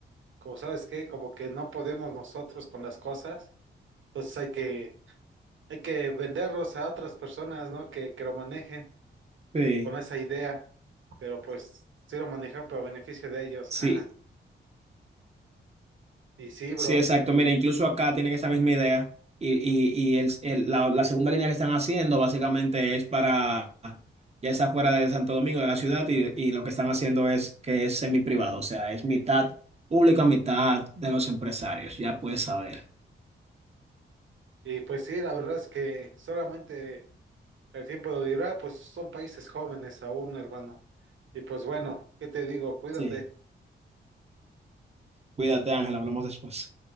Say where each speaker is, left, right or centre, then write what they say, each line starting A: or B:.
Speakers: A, on the right; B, on the right.
A: Como sabes qué, como que no podemos nosotros con las cosas, entonces hay que, hay que venderlos a otras personas, ¿no? Que, que lo manejen
B: Sí.
A: con esa idea, pero pues sí lo manejan, pero a beneficio de ellos.
B: Sí,
A: <laughs> Y sí, bro,
B: Sí, exacto. Mira, incluso acá tienen esa misma idea y, y, y el, el- la, la segunda línea que están haciendo básicamente es para, ya está fuera de Santo Domingo, de la ciudad, y, y lo que están haciendo es que es semi-privado, o sea, es mitad pública, mitad de los empresarios, ya puedes saber.
A: y pues sí, la verdad es que solamente... El tiempo lo dirá, pues son países jóvenes aún, hermano. Y pues bueno, ¿qué te digo? Cuídate.
B: Sí, cuídate Ángel, hablamos después.